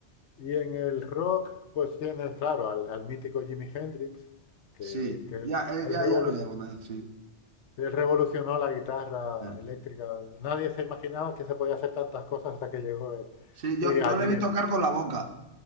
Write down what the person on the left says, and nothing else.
Y en el rock, pues tienes, claro, al, al mítico Jimi Hendrix, que,
que él,
él,
revolu-
él revolucionó la guitarra
eléctrica. Nadie se imaginaba que se podía hacer tantas cosas hasta que llegó él.
Y
a
Jimi,